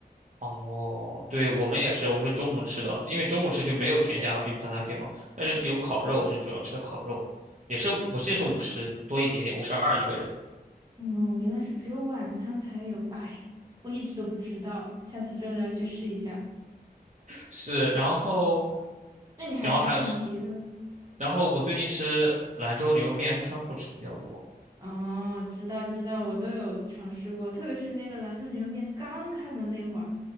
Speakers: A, on the right; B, on the right.
A: 哦，对，我们也是，我们是中午吃的，因为中午吃就没有甜虾和 beef t a t a k 嘛，但是有烤肉，我们就主要吃的烤肉，也是我记得是五十多一点点，五十二一个人。
B: 嗯，原来是只有晚餐才有，哎，我一直都不知道，下次真的要去试一下。
A: 是，然后，
B: 那你还吃什么别的？
A: 然后还有是，然后我最近吃兰州牛肉面和川普吃的比较多，
B: 哦，知道知道，我都有尝试过，特别是那个兰州牛肉面刚开门那会儿，